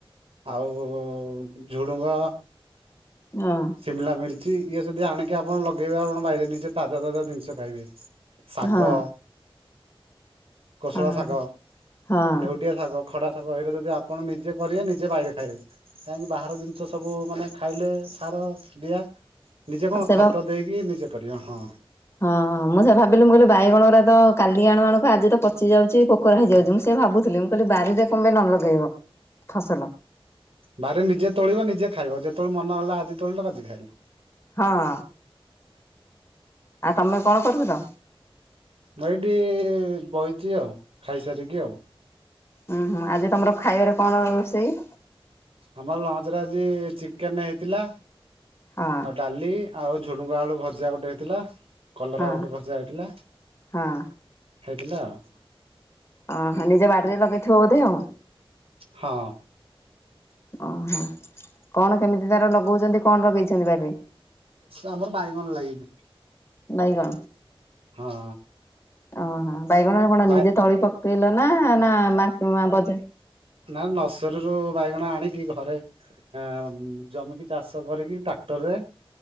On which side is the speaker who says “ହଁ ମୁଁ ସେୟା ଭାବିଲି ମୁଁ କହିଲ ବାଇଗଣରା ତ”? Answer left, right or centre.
Left